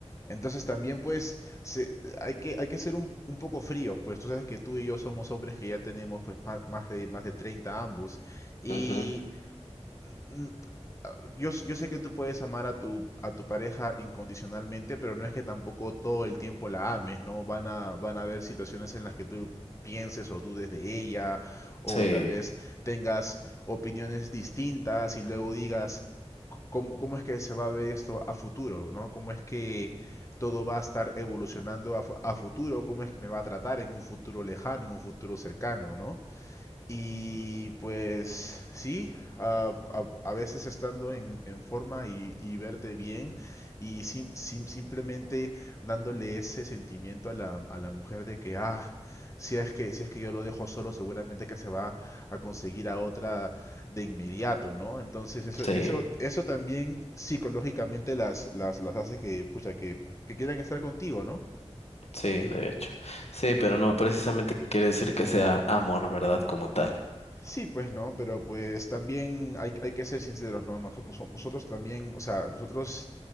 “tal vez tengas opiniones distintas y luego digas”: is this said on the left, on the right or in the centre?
Left